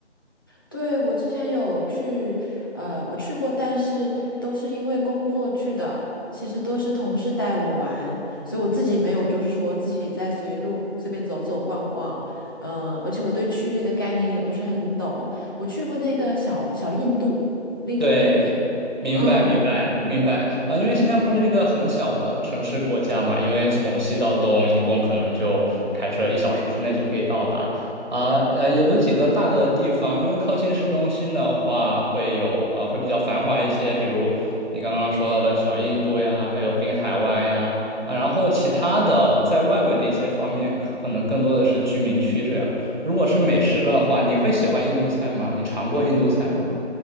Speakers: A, on the left; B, on the right.
A: 对，我之前有去，呃，我去过，但是都是因为工作去的，其实都是同事带我玩，所以我自己没有，就是说自己在随路随便走走逛逛，嗯、而且我对区域的概念也不是很懂。我去过那个小小印度 l i
B: 对，
A: t t
B: 明白明白明白啊，
A: 嗯，
B: 因为新加坡是一个很小的城市国家嘛，因为从西到东一共可能就开车一小时之内就可以到达啊，呃，有有几个大的地方，因为靠近市中心的话会有啊，会比较繁华一些，比如你刚刚说到的小印度呀，还有滨海湾呀啊，然后其他的在外围的一些方面，可能更多的是居民区这样。如果是美食的话，你会喜欢印度菜吗？你尝过印度菜吗？